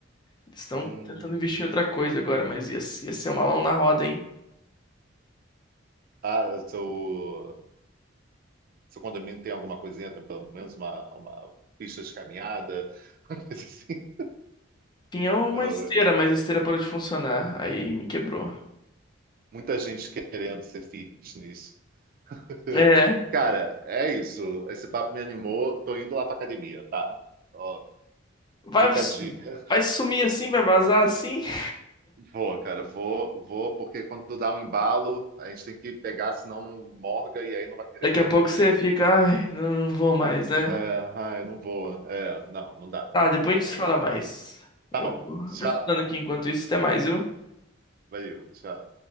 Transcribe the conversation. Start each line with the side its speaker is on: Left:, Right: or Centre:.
Left: eles estão
Right: Hum.
Left: tentando investir em outra coisa agora, mas ia, ia ser uma mão na roda, hein?
Right: Ah, seu, seu condomínio tem alguma coisinha, tem pelo menos uma, uma pista de caminhada, <laughs> uma coisa assim.
Left: Tinha uma
Right: Não,
Left: esteira,
Right: né?
Left: mas a esteira parou de funcionar. Aí me quebrou.
Right: Muita gente querendo ser fitness. <laughs>
Left: É.
Right: Cara, é isso. Esse papo me animou. Tô indo lá pra academia, tá? Ó,
Left: Vai,
Right: fica a dica.
Left: vai sumir assim, vai vazar assim. <laughs>
Right: Vou, cara, vou, vou, porque quando dá um embalo, a gente tem que pegar, senão morga e aí não vai querer,
Left: Daqui
Right: eu
Left: a pouco
Right: não vou querer
Left: você fica,
Right: ir.
Left: ai, não, não vou mais, né?
Right: É, ai, não voa. É, não, não dá.
Left: Tá, depois
Right: Não,
Left: a gente
Right: não-
Left: se fala mais.
Right: tá
Left: Eu
Right: bom.
Left: vou
Right: Tchau.
Left: eu vou estudando aqui enquanto isso. Até mais, viu?
Right: Valeu, tchau.